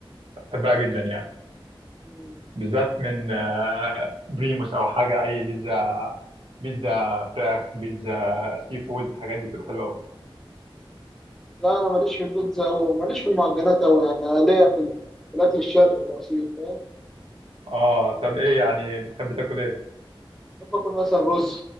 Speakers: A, on the right; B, in the centre.
A: بحبها جدا يعني
B: مم.
A: بالذات من آه، بريموس او حاجه اي بيتزا بيتزا فراخ بيتزا سي فود الحاجات دي بتبقى حلوه قوي
B: لا انا ماليش في البيتزا قوي وماليش في المعجنات قوي يعني أنا ليا في ال- في الاكل الشرقي الاصيل فاهم
A: اه طب ايه يعني بتحب تاكل ايه
B: بحب اكل مثلا رز